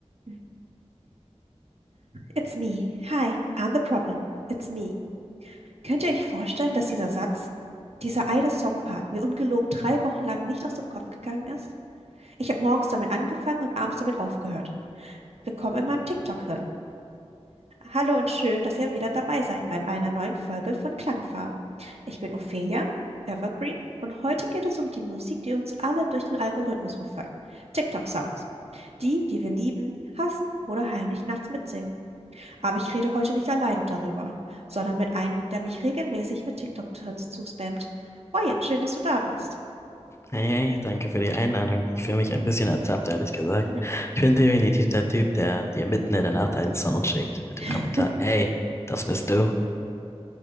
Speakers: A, on the right (about 65°); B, on the left (about 25°).
A: <laughs> It's me. Hi, I'm the problem. It's me. Könnt ihr euch vorstellen, dass dieser Satz, dieser eine Songpart mir ungelogen drei Wochen lang nicht aus dem Kopf gegangen ist? Ich habe morgens damit angefangen und abends damit aufgehört. Willkommen in meinem TikTok-Hirn. Hallo und schön, dass ihr wieder dabei seid bei einer neuen Folge von Klangfarben. Ich bin Ophelia, Evergreen, und heute geht es um die Musik, die uns alle durch den Algorithmus verfolgt. TikTok-Sounds. Die, die wir lieben, hassen oder heimlich nachts mitsingen. Aber ich rede heute nicht allein darüber, sondern mit einem, der mich regelmäßig mit TikTok-Trends zuspammt. Oh, jetzt schön, dass du da bist.
B: Hey, hey, danke für die Einladung. Ich fühle mich ein bisschen ertappt, ehrlich gesagt.
A: <laughs>
B: Ich bin definitiv der Typ, der dir mitten in der Nacht einen Sound schickt mit
A: Mhm.
B: dem Kommentar, ey, das bist du.